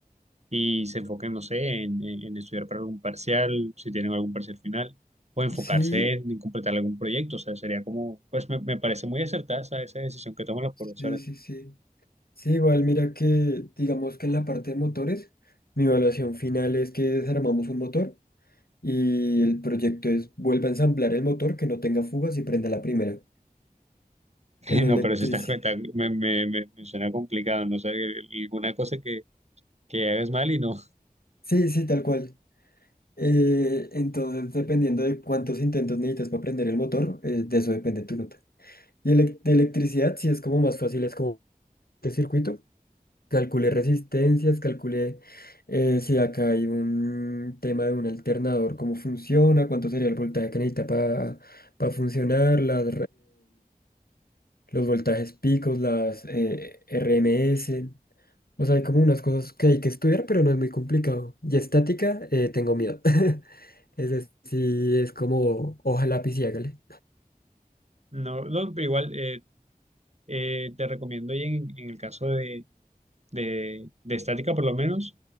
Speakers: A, on the right (about 45°); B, on the left (about 80°).
A: y se enfoquen, no sé, en, en- en estudiar para algún parcial, si tienen algún parcial final, o enfocarse
B: sí,
A: en, en completar algún proyecto, o sea, sería como, pues me, me parece muy acertada esa, esa decisión que toman los profesores,
B: sí, sí,
A: ¿no?
B: sí. Sí, igual mira que digamos que en la parte de motores, mi evaluación final es que desarmamos un motor. Y el proyecto es vuelva a ensamblar el motor que no tenga fugas y prenda la primera.
A: <laughs>
B: En electricidad.
A: No, pero si estás cuenta, me, me, me, me suena complicado, no sé, alguna cosa que, que hagas mal y no.
B: Sí, sí, tal cual. Eh, entonces, dependiendo de cuántos intentos necesitas para prender el motor, eh, de eso depende tu nota. Y elec- de electricidad, sí es como más fácil, es como este circuito. Calculé resistencias, calculé eh, si acá hay un tema de un alternador, cómo funciona, cuánto sería el voltaje que necesita para funcionar, las, los voltajes picos, las eh, RMS. O sea, hay como unas cosas que hay que estudiar, pero no es muy complicado. Y estática, eh, tengo miedo. <laughs> Es decir, es como hoja, lápiz y hágale.
A: No, no, pero igual eh, eh, te recomiendo y en, en el caso de, de, de estática por lo menos,